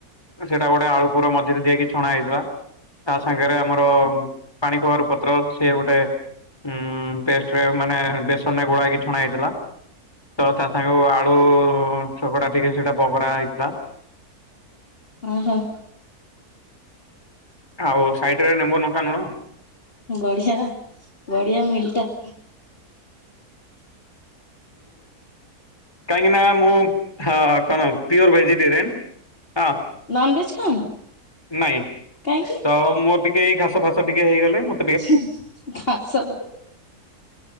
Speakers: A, on the left; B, on the left.
A: ସେଇଟା ଗୋଟେ ଆ ଉପରେ ମିଝିରେ ଦେଆ ହେଇକି ଛଣା ହେଇଥିଲା। ତା ସାଙ୍ଗରେ ଆମର ପାଣି କଖାରୁ ପତ୍ର ସିଏ ଗୋଟେ ଉଁ ପେଷ୍ଟରେ ମାନେ ବେସନ ରେ ଗୋଳାହେଇକି ଛଣା ହେଇଥିଲା। ତ ତା ସାଙ୍ଗ ଆଳୁ ଚକଟା ଟିକେ ସେଇଟା ବଘରା ହେଇଥିଲା।
B: ଓହୋ।
A: ଆଉ ସାଇଟି ରେ ନେମ୍ବୁ ନଙ୍କା ନୁଣ
B: ବଢିଆ ବଢିଆ ମିଲ୍ଟା।
A: କାହିଁକି ନା ମୁଁ ହଁ କଣ ପିଓର ଭେଜିଟେରିଆନ୍। ହଁ
B: ନନଭେଜ ଖାଉନ
A: ନାଇଁ
B: କାହିଁକି
A: ତ ମୋର ଟିକେ ଇଏ ଘାସ ଫାସ ଟିକେ ହେଇଗଲେ ମୁଁ
B: ସେ ଘାସ